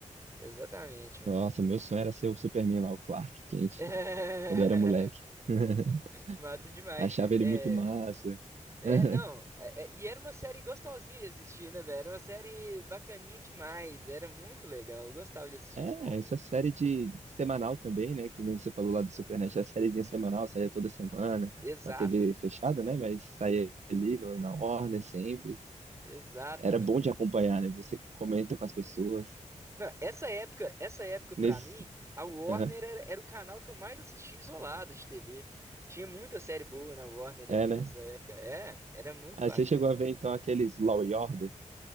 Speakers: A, on the right; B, on the right.
A: Exatamente, mano.
B: Nossa, meu sonho era ser o Superman lá, o Clark Kent,
A: <laughs> É...
B: quando eu era moleque. <laughs>
A: Massa demais.
B: Achava
A: É,
B: ele muito massa.
A: É,
B: <laughs>
A: não. é- é- e era uma série gostosinha de assistir, né, velho? Era uma série bacaninha demais. Era muito legal. Eu gostava de assistir
B: É,
A: Smallville.
B: essa série de de semanal também, né? Que nem você falou lá do Supernet, é a sériezinha semanal, saía toda semana,
A: Exato,
B: na TV fechada, né? Mas saía ali no- na Warner sempre.
A: exato,
B: Era
A: velho.
B: bom de acompanhar, né? Você comenta com as pessoas.
A: Não, essa época, essa época pra
B: Nesse...
A: mim, a Warner
B: Aham,
A: era, era o canal que eu mais assistia isolado de TV. Tinha muita série boa na Warner
B: É,
A: ali nessa
B: né?
A: época. É, era muito
B: Aí
A: bacana.
B: você chegou a ver, então, aqueles Law e Order,